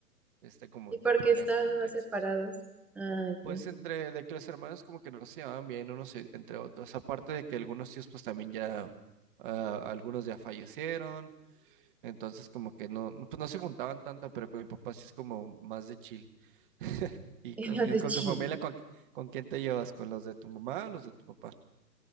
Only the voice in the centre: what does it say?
¿Y
por
qué estaban
más separados?
Ah,
ya. <laughs>
Es
más
de
chill.